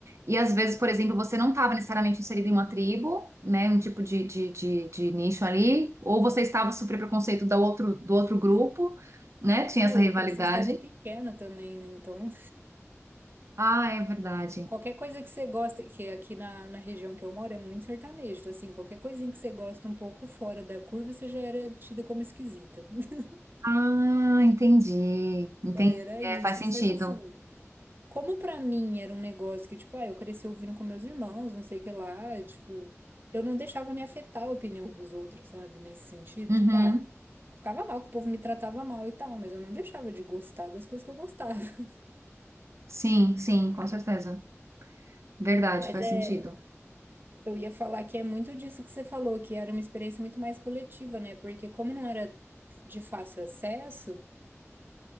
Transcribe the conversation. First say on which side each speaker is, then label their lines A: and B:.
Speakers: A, on the right; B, on the right.
A: E às vezes, por exemplo, você não estava necessariamente inserido em uma tribo, né, um tipo de, de, de, de nicho ali, ou você estava super preconceito do outro, do outro grupo, né, tinha
B: é,
A: essa rivalidade.
B: eu cresci em cidade pequena também, né? Então,
A: Ah, é verdade.
B: qualquer coisa que você gosta, que aqui na, na região que eu moro é muito sertanejo, assim, qualquer coisinha que você gosta um pouco fora da curva, você já era tida como esquisita. <laughs>
A: Ah, entendi.
B: Daí
A: Entendi.
B: era
A: É,
B: isso.
A: faz sentido.
B: Só que assim, como pra mim era um negócio que, tipo, ah, eu cresci ouvindo com meus irmãos, não sei o que lá, tipo, eu não deixava me afetar a opinião dos outros, sabe? Nesse sentido,
A: Uhum.
B: tipo, ah. Ficava mal, que o povo me tratava mal e tal, mas eu não deixava de gostar das coisas que eu gostava. <laughs>
A: Sim, sim, com certeza. Verdade,
B: Mas
A: faz
B: é,
A: sentido.
B: eu ia falar que é muito disso que você falou, que era uma experiência muito mais coletiva, né? Porque como não era de fácil acesso,